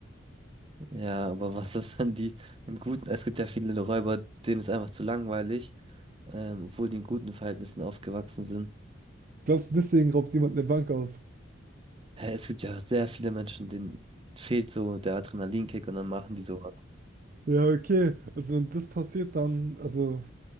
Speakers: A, on the right; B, on the right.
A: Ja, aber was ist, wenn die einen guten, es gibt ja viele Räuber, denen ist einfach zu langweilig, ähm, obwohl die in guten Verhältnissen aufgewachsen sind.
B: Glaubst du, deswegen raubt jemand eine Bank aus?
A: Hä, es gibt ja sehr viele Menschen, denen fehlt so der Adrenalinkick und dann machen die sowas.
B: Ja, okay. Also wenn das passiert, dann, also